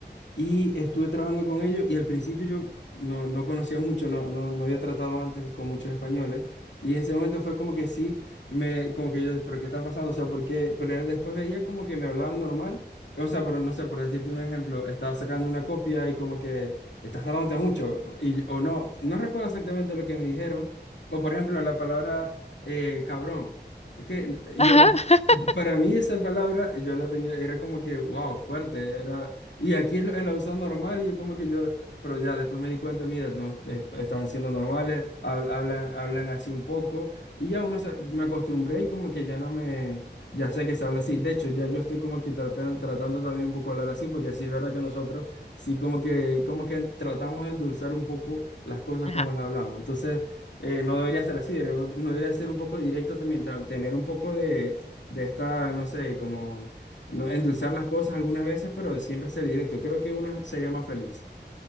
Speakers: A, on the left (about 85°); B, on the left (about 35°).
A: Y estuve trabajando con ellos y al principio yo no, no conocía mucho, no, no, no había tratado antes con muchos españoles. Y en ese momento fue como que sí, me, como que yo, pero ¿qué está pasando? O sea, ¿por qué? Pero después veía como que me hablaban normal. O sea, por, no sé, por decirte un ejemplo, estaba sacando una copia y como que estás tardándote mucho. Y, o no, no recuerdo exactamente lo que me dijeron. O por ejemplo, la palabra eh, cabrón. Es que yo,
B: Ajá. <laughs>
A: para mí esa palabra yo la tenía, era como que, wow, fuerte, era... Y aquí lo, lo usan normal y yo como que yo, pero ya después me di cuenta, mira, no, es- están siendo normales, hab- hablan, hablan así un poco y ya uno se- me acostumbré y como que ya no me, ya sé que se habla así. De hecho, ya yo estoy como que tratan- tratando también un poco de hablar así porque sí es verdad que nosotros sí como que, como que tratamos de endulzar un poco las cosas
B: Ajá.
A: como las hablamos. Entonces, eh, no debería ser así, debería- uno, uno debería ser un poco directo también, ta- tener un poco de, de esta, no sé, como no, endulzar las cosas algunas veces, pero de siempre ser directo. Creo que uno sería más feliz.